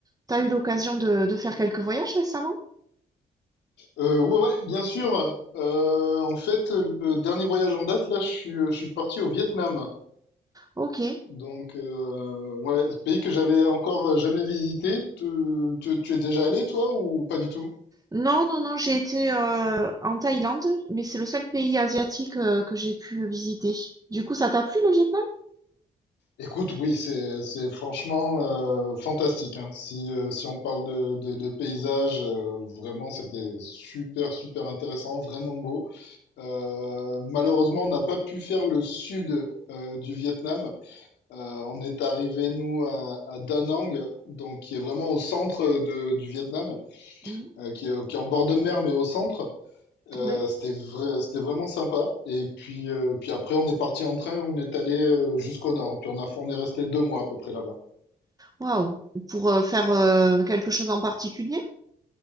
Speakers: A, on the right; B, on the left.
A: T'as eu l'occasion de, de faire quelques voyages récemment?
B: Euh, ouais, ouais, bien sûr. Euh, en fait, le dernier voyage en date, là, je suis, je suis parti au Vietnam.
A: Ok.
B: Donc, euh, ouais, ce pays que j'avais encore jamais visité. Tu, tu, tu es déjà allé, toi, ou pas du tout?
A: Non, non, non, j'ai été euh, en Thaïlande, mais c'est le seul pays asiatique euh, que j'ai pu visiter. Du coup, ça t'a plu le Vietnam?
B: Écoute, oui, c'est, c'est franchement euh, fantastique. hein. Si, euh, si on parle de, de, de paysages, euh, vraiment, c'était super, super intéressant, vraiment beau. Euh, malheureusement, on n'a pas pu faire le sud euh, du Vietnam. Euh, on est arrivé, nous, à, à Da Nang, donc qui est vraiment au centre de- du Vietnam,
A: Mm,
B: euh, qui, est, qui est en bord de mer, mais au centre. Euh,
A: ouais.
B: c'était vrai- c'était vraiment sympa. Et puis, euh, puis après, on est parti en train, on est allé euh, jusqu'au nord. Puis on a, on est resté deux mois à peu près là-bas.
A: Waouh. Pour euh, faire euh, quelque chose en particulier?